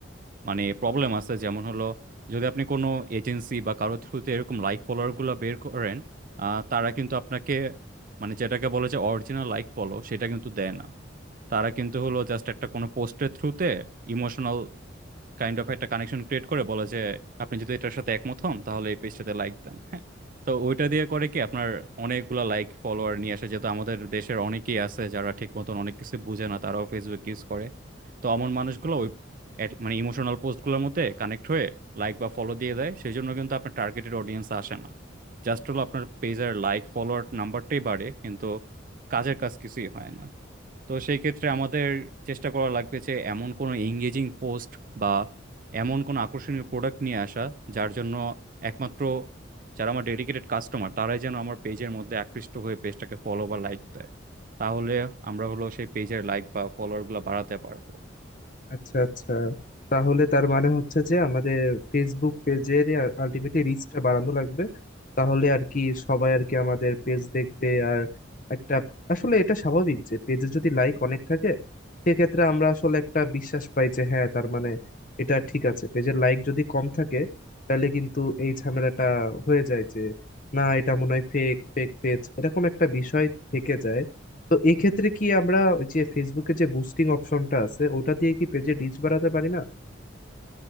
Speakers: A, on the right; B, on the left.
A: মানে প্রবলেম আছে যেমন হলো যদি আপনি কোনো এজেন্সি বা কারো থ্রুতে এরকম লাইক ফলোয়ার গুলো বের করেন আহ, তারা কিন্তু আপনাকে মানে যেটাকে বলে যে অরিজিনাল লাইক ফলো সেটা কিন্তু দেয় না তারা কিন্তু হলো জাস্ট একটা কোনো পোস্টের থ্রুতে ইমোশনাল কাইন্ড অফ একটা কানেকশন ক্রিয়েট করে বলে যে আপনি যদি এটার সাথে একমত হন তাহলে এই পেজটাতে লাইক দেন হ্যাঁ তো ওইটা দিয়ে করে কি আপনার অনেকগুলা লাইক ফলোয়ার নিয়ে আসে যেহেতু আমাদের দেশের অনেকেই আছে যারা ঠিক মতন অনেক কিছু বুঝে না তারাও ফেসবুক ইউজ করে তো এমন মানুষগুলো ওই at- মানে ইমোশনাল পোস্টগুলোর মধ্যে কানেক্ট হয়ে লাইক বা ফলো দিয়ে দেয় সেই জন্য কিন্তু আপনার টার্গেটেড অডিয়েন্স আসে না জাস্ট হলো আপনার পেজের লাইক ফলোয়ার নাম্বারটাই বাড়ে কিন্তু কাজের কাজ কিছুই হয় না তো সেই ক্ষেত্রে আমাদের চেষ্টা করা লাগবে যে এমন কোনো এঙ্গেজিং পোস্ট বা এমন কোনো আকর্ষণীয় প্রোডাক্ট নিয়ে আসা যার জন্য একমাত্র যারা আমার ডেডিকেটেড কাস্টমার তারাই যেন আমার পেজের মধ্যে আকৃষ্ট হয়ে পেজটাকে ফলো বা লাইক দেয় তাহলে আমরা হলো সেই পেজের লাইক বা ফলোয়ার গুলো বাড়াতে পারবো
B: আচ্ছা আচ্ছা তাহলে তার মানে হচ্ছে যে আমাদের ফেসবুক পেজের আলটিমেটলি রিচটা বাড়ানো লাগবে তাহলে আর কি সবাই আর কি আমাদের পেজ দেখবে আর একটা আসলে এটা স্বাভাবিক যে পেজে যদি লাইক অনেক থাকে সেক্ষেত্রে আমরা আসলে একটা বিশ্বাস পাই যে হ্যাঁ তার মানে এটা ঠিক আছে পেজের লাইক যদি কম থাকে তাহলে কিন্তু এই ঝামেলাটা হয়ে যায় যে না এটা মনে হয় ফেক ফেক পেজ এরকম একটা বিষয় থেকে যায় তো এই ক্ষেত্রে কি আমরা ওই যে ফেসবুকে যে বুস্টিং অপশনটা আছে ওটা দিয়ে কি পেজে রিচ বাড়াতে পারি না